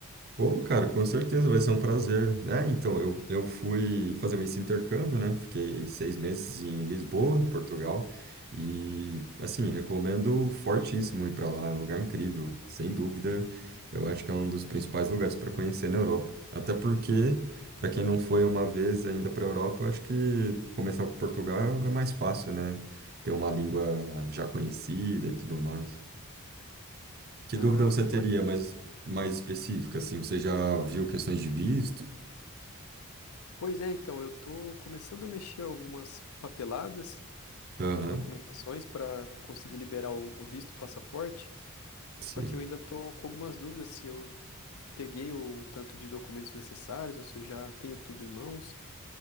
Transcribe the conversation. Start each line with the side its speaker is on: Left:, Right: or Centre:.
Right: Pô, cara, com certeza vai ser um prazer. É, então, eu, eu fui fazer esse intercâmbio, né? Fiquei seis meses em Lisboa, em Portugal. E, assim, recomendo fortíssimo ir para lá. É um lugar incrível, sem dúvida. Eu acho que é um dos principais lugares para conhecer na Europa. Até porque, para quem não foi uma vez ainda para a Europa, eu acho que começar por Portugal é mais fácil, né? Ter uma língua já conhecida e tudo mais. Que
Left: Ah,
Right: dúvida você
Left: que
Right: teria
Left: bacana.
Right: mais, mais específica, assim? Você já viu questões de visto?
Left: Pois é, então, eu estou começando a mexer algumas papeladas,
Right: Aham,
Left: umas documentações para conseguir liberar o, o visto e o passaporte.
Right: sim,
Left: Só que eu ainda estou com algumas dúvidas se eu peguei o tanto de documentos necessários ou se eu já tenho tudo em mãos.